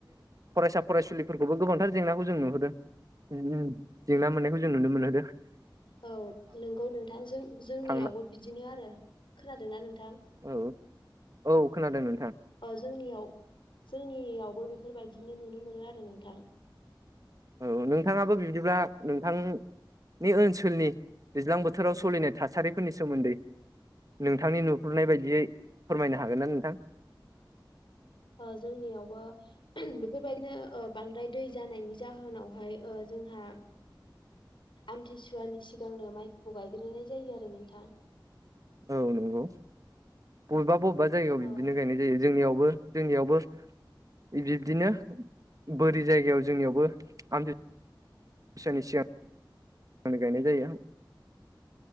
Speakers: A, on the right; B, on the left.
A: फरायसा फरायसुलिफोरखौबो गोबांथार जेंनाखौ जों नुहरो <unintelligible> जेंना मोननायखौ जों नुनो मोनहरो
B: औ नंगौ नोंथाङ जों-जोंनियावबो
A: थांना
B: बिदिनो आरो खोनादोंना नोंथां?
A: औ औ खोनादों नोंथां
B: अ जोंनियाव जोंनियावबो बेफोरबायदिनो नुनो मोनो आरो नोंथां
A: औ नोंथाङाबो बिदिब्ला नोंथां नि ओनसोलनि दैज्लां बोथोराव सलिनाय थासारिफोरनि सोमोन्दै नोंथांनि नुहुरनाय बायदियै फोरमायनो हागोन ना नोंथां?
B: <inaudible> ओ जोंनियावबो बेफोरबायदिनो बांद्राय दै जानायनि जाहोनावहाय ओ जोंहा आमथिसुवानि सिगांनो माइखौ गायग्रोनाय जायो आरो नोंथां
A: औ नंगौ बबेबा बबेबा जायगायाव
B: औ
A: बिदिनो गायनाय जायो जोंनियाव बो जोंनियावबो बिब्दिनो बोरि जायगायाव जोंनियावबो आमथि सुवानि सिगां नों गायनाय जायो